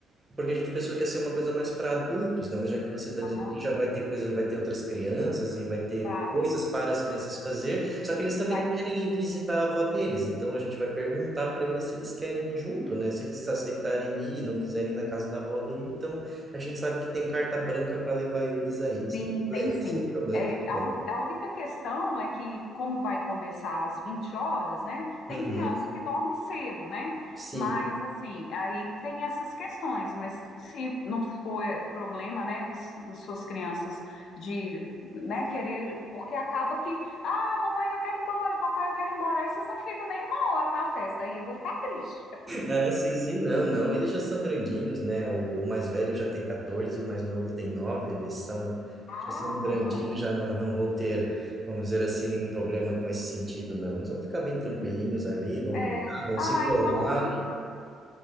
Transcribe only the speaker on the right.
Porque a gente pensou que ia ser uma coisa mais para adultos, né? Mas já que você está
dizendo que já vai ter coisas, vai ter outras crianças e vai ter
coisas para as crianças fazer, só que eles também
querem ir visitar a avó deles, então a gente vai perguntar para eles se eles querem ir junto, né? Se eles aceitarem ir e não quiserem ir na casa da avó daí, então a gente sabe que tem carta branca para levar eles aí, sem
problema,
sem problema,
que
bom.
Uhum,
sim.
É, sim, sim, não, não. Eles já são grandinhos, né? O, o mais velho já tem 14 e o mais novo tem nove Eles são,
já são grandinhos,
já não, não vão ter, vamos dizer assim, nenhum problema com esse sentido, não. Eles vão ficar bem tranquilinhos ali, vão
brincar, vão
se formar.